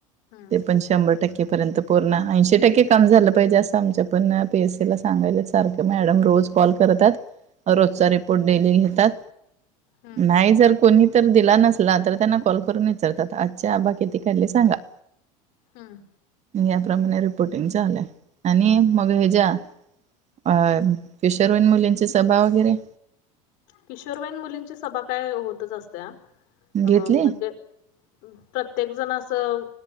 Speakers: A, on the left; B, on the right.
A: हम्म
B: ते प शंभर टक्केपर्यंत पूर्ण ऐंशी टक्के कम झालं पाहिजे असं आमच्या पण पी एसीला ला सांगायच सारख मॅडम रोज कॉल करतात रोजचा
A: हम्म
B: रिपोर्ट डेली घेतात
A: हम्म
B: नाही जर कोणी तर दिला नसला तर त्यांना कॉल करून विचारतात आजचे आबा किती काढले सांगा
A: हम
B: या प्र्रमाणे रिपोर्टिंग झाचालंय आणि मग हच्या्या. अ फिशरवन मुलींची सभा वगैरे.
A: किशोरबाईन मुलींची सभा काय होतच असत्या अ
B: घेतली
A: म्हणजे प्रत्येक जण असं